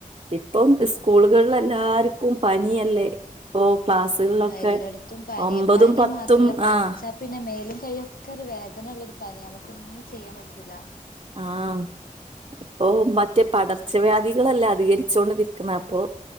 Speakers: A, on the right; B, on the left.
A: ഇപ്പം ഇസ്കൂളുകൾ എല്ലാര്ക്കും പനിയല്ലേ.. ഇപ്പോ ക്ലാസ്സ്കൾഒക്കെ
B: ആഹ് എല്ലായിടത്തും പനി
A: ഒമ്പതും
B: പനി
A: പത്തും
B: മാത്രല്ല പനിച്ചാ
A: ആഹ് -
B: പിന്നെ മേലും കൈയ്യും ഒക്കെ ഒരു വേദന ഉള്ള ഒരു പനി നമുക്ക് ഒന്നും ചെയ്യാൻ പറ്റൂല
A: ആഹ ഇപ്പൊ മറ്റേ പടർച്ചവ്യാധികളല്ല അധികരിച്ചോണ്ട് നിക്കണ അപ്പൊ